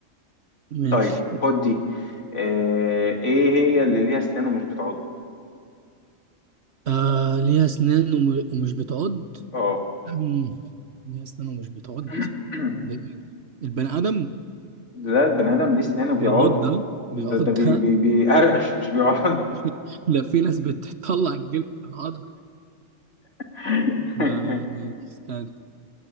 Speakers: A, on the right; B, on the left.
A: ماشي
B: طيب خد دي آه، ايه هي اللي ليها اسنان ومش بتعض
A: آه ليها اسنان وم- ومش بتعض
B: اه
A: مم. ليه أسنانه مش بتعض
B: <clears throat>
A: ده إيه؟ البني آدم
B: لا البني ادم ليه اسنان وبيعض
A: بيعض ده
B: ده
A: بيعض
B: ده بي
A: ده
B: بي بيقرقش مش بيعض
A: <laughs> لا في ناس بتطلع الجلد من عض
B: <laughs>
A: آه، استنى